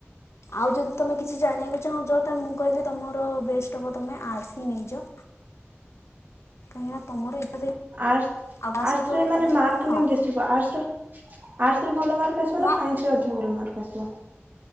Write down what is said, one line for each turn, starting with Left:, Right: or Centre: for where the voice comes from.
Left: ଆଉ ଯଦି ତମେ କିଛି ଜାଣିବାକୁ ଚାହୁଁଛ ତାେଲେ ମୁଁ କହିବି ତମର ବେଷ୍ଟ ହବ ତମେ ଆର୍ସ ହି ନେଇଯାଅ। <unintelligible>
Right: ଆର୍ଟସ
Left: ଆଉ ତା
Right: ଆର୍ଟସରେ
Left: ସହିତ
Right: ମାନେ
Left: ତମ
Right: ମାର୍କ
Left: ହଁ
Right: କେମିତି ଦେଖିବ ଆର୍ଟସ ର ଆର୍ଟ୍ସ ରେ ଭଲ ମାର୍କ ଆସିବ
Left: ମା
Right: ନା ସାଇନ୍ସରେ ଅିକ ଭଲ ମାର୍କ। ଆସ।